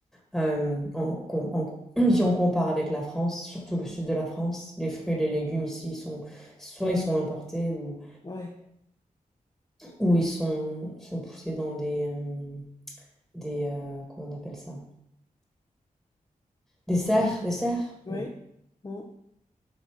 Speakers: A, in the centre; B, on the left.
A: Hem, en com en <clears throat> si on compare avec la France, surtout le sud de la France, les fruits et les légumes ici, ils sont soit ils sont importés ou
B: ouais,
A: ou ils sont sont poussés dans des, hem, des, heu, comment on appelle ça? Des serres des serres?
B: ouais.
A: Oui.
B: Mm.